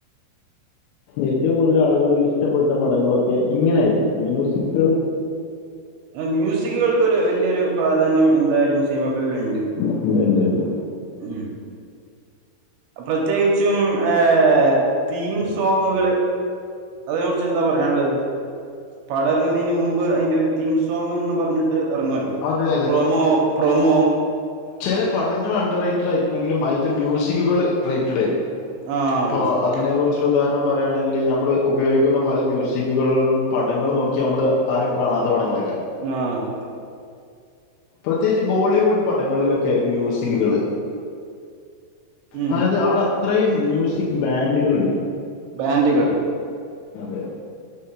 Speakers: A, on the left; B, on the right.
A: ഏറ്റവും കൂടുതൽ ആളുകൾക് ഇഷ്ടപ്പെട്ട പടങ്ങളൊക്കെ ഇങ്ങെനായിരിക്കും മ്യൂസിക്കള്
B: ഏ മ്യൂസിക്കുകൾക്കൊരു വല്ലിയൊരു പ്രാധാന്യം എന്തായാലും സിനിമകളിലിണ്ട്.
A: ഇണ്ട് ഇണ്ട് ഇണ്ട്
B: ഉം പ്രത്യേകിച്ചും ഏഹ് തീം സോങ്ങുകള് അതിനെ കുറിച്ച് എന്താ പറയാനുള്ളത്. പാട എറങ്ങുന്നെന് മുമ്പ് അതിന്റെ ഒരു തീം സോങ്ങ് എന്ന് പറഞ്ഞി <unintelligible> എറങ്ങല്ലോ
A: അതെ
B: പ്രോമോ പ്രോമോ
A: ചെല പടങ്ങൾ അണ്ടർ റേറ്റഡ് ആയിക്കണമെങ്കിലും ആയിത്തെ മ്യൂസിക്കുകൾ റേറ്റഡ് ആയിരിക്കും.
B: ആഹ്
A: ഇപ്പോ
B: സത്യം
A: അതിനെ കുറിച്ചിട്ട് ഉദാഹരണം പറയാണെങ്കില് ഞമ്മള് ഉപയോഗിക്കുന്ന പല മ്യൂസിക്കുകളൊന്നും പടങ്ങൾ നോക്കി നമ്മള് ആരും കാണാത്ത പടങ്ങളെ <unintelligible>
B: നാ സത്യം.
A: പ്രത്യേകിച്ച് ബോളിവുഡ് പടങ്ങളിലൊക്കെ മ്യൂസിക്കുകള്
B: ഉം
A: അതായത് അവിടെ അത്രയും മ്യൂസിക് ബാൻഡുകളിണ്ട്.
B: ബാൻഡുകൾ
A: അതെ.